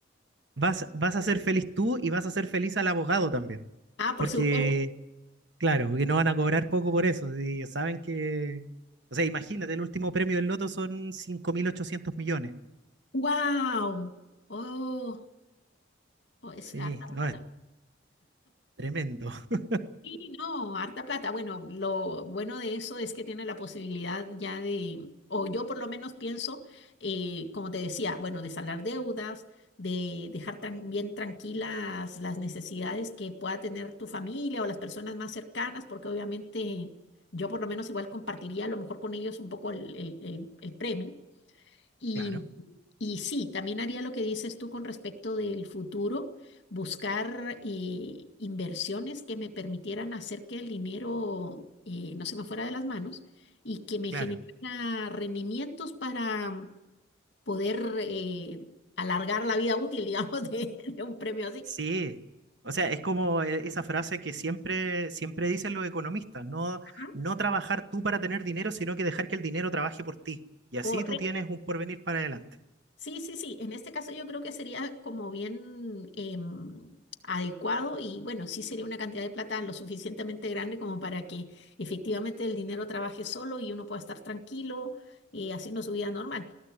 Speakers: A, on the right; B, on the left.
A: Vas, vas a ser feliz tú y vas a ser feliz al abogado también,
B: Ah, por
A: porque
B: supuesto.
A: Claro, porque no van a cobrar poco por eso. Si ellos saben que. O sea, imagínate, el último premio del Loto son 5.800 millones.
B: ¡Wow! Oh, oh, es
A: Sí,
B: harta
A: no,
B: plata.
A: es tremendo. <laughs>
B: Sí, no, harta plata. Bueno, lo bueno de eso es que tiene la posibilidad ya de, o yo por lo menos pienso, eh, como te decía, bueno, de saldar deudas, de dejar tran- bien tranquilas las necesidades que pueda tener tu familia o las personas más cercanas, porque obviamente yo por lo menos igual compartiría a lo mejor con ellos un poco el, el, el, el premio. Y,
A: Claro,
B: y sí, también haría lo que dices tú con respecto del futuro, buscar eh, inversiones que me permitieran hacer que el dinero eh, no se me fuera de las manos y que me
A: claro.
B: generara rendimientos para poder eh, alargar la vida útil, <laughs> digamos, de, de un premio así.
A: Sí. O sea, es como eh, esa frase que siempre, siempre dicen los economistas: no,
B: Ajá.
A: no trabajar tú para tener dinero, sino que dejar que el dinero trabaje por ti. Y
B: Correcto.
A: así tú tienes un porvenir para adelante.
B: Sí, sí, sí. En este caso yo creo que sería como bien em, adecuado y bueno, sí sería una cantidad de plata lo suficientemente grande como para que efectivamente el dinero trabaje solo y uno pueda estar tranquilo eh, haciendo su vida normal.